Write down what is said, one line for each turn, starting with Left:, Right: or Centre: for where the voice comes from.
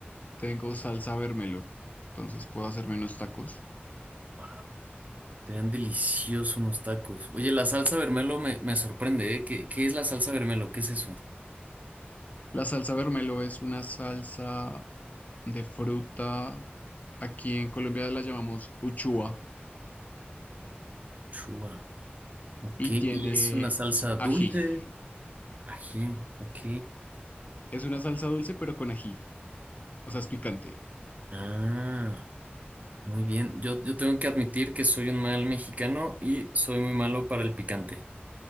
Left: tengo salsa vermelo. Entonces puedo hacerme unos tacos.
Right: Wow, te ven deliciosos unos tacos. Oye, la salsa vermelo me, me sorprende, ¿eh? ¿Qué, qué es la salsa vermelo? ¿Qué es eso?
Left: La salsa vermelo es una salsa de fruta. Aquí en Colombia la llamamos uchua
Right: Chua.
Left: y
Right: ¿Qué?
Left: tiene
Right: ¿y es una salsa dulce?
Left: ají.
Right: Ají, ok.
Left: Es una salsa dulce pero con ají. O sea, es picante.
Right: Ah. Muy bien, yo, yo tengo que admitir que soy un mal mexicano y soy muy malo para el picante.